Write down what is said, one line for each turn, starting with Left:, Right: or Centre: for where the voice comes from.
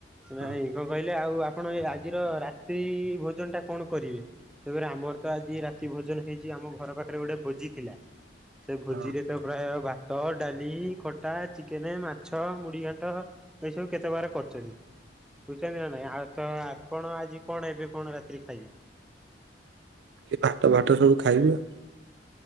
Centre: ନାଇଁ
Right: ହଁ
Centre: କଁ କହିଲେ ଆଉ ଆ ପଣ ଏ ଆଜିର ରାତିି ଭୋଜନଟା କଣ କରିବେ ତେବେରେ ଆମର ତ ଆଜି ରାତି ଭୋଜନ ହେଇଚି ଆମ ଘର ପାଖରେ ଗୋଟେ ବୋଜି ଥିଲା। ସେ ଭୋଜିରେ
Right: ହଁ
Centre: ତ ପ୍ରାୟ ବା ତ ଡାଲି ଖଟା ଚିକେନ୍ ମାଛ ମୁଢ଼ି ଘାଣ୍ଟ ଏଇ ସବୁ କେତେ ପ୍ରକାର କରିଚନ୍ତି। ବୁଚନ୍ତି ନାଁ ନାଇଁ ଆଉ ତ ଆପଣ ଆଜି କଣ ଏବେ କଣ ରାତିରେ ଖାଇବେ?
Right: ଏ ଭାତ ବାଟ ସବୁ ଖାଇବି ଅ।